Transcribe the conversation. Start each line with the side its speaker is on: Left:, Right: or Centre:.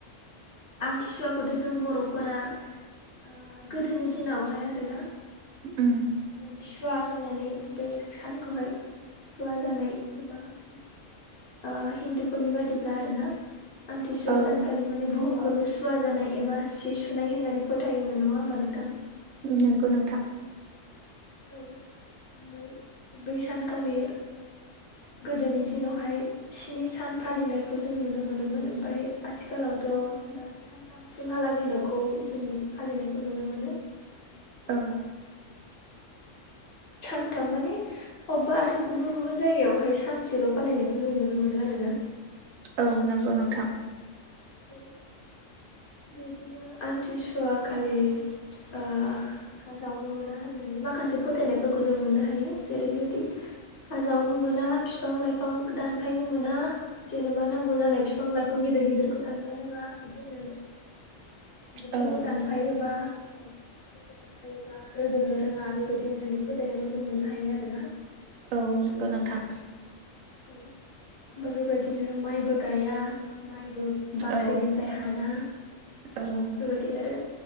Left: आमथिसुवाखौथ जों बर'फोरा ओ गोदोनि दिनावहाय आरोना
Right: उम
Left: माने सुवा होननानै बे सानखौहाय सुवा जानाय एबा ओ हिन्दुफोरनि बादिब्ला आरो ना आमथि सुवा
Right: औ
Left: सानखालि माने बुहुम खौनो सुवा जानाय एबा सि सुनाय होननानै फोथायोमोन नङा होमबा नोंथां
Right: नोंगौ नोंथां
Left: औ बै बै सानखालि गोदोनि दिनावहाय स्नि सान फालिनायखौ जों नुनो मोनोमोन ओमफाय आथिखालावथ' दा सान सानथामसिम हालागैल'खौ जों फालिनायखौ नुनो मोनो ओमफाय
Right: औ
Left: सानथाम माने अब्बा आरो गुबुन गुबुन जायगायावहाय सानसेल' फालिनायखौ <unintelligible> नुनो मोनो आरो ना
Right: औ नोंगौ नोंथां
Left: औ बेदिनो आमथिसुवा खालि ओ हा जावनो मोना होननानै माखासे फोथायनायफोरखौ जों मोननो हायो जेरैबायदि हाजावनो मोना बिफां लाइफां दानफायनो मोना जेनेबा नांगौ जानाय फिफां लाइफां गेदेर गेदेरखौ दानफायनाङा बिदि होननानै बेफोरखौ
Right: औ
Left: दानफायोबा औ फोरफोरखौ दानफायोबा रोदोमनो रोङा बेबायदि होननानै फोथायनायखौ जों नुनो हायो आरोना
Right: औ नोंगौ नोंथां
Left: औ बेबेबायदिनो माइबो गाया माइबो बाख्रिनिफ्राय
Right: औ
Left: हाना
Right: औ
Left: बिदि आरो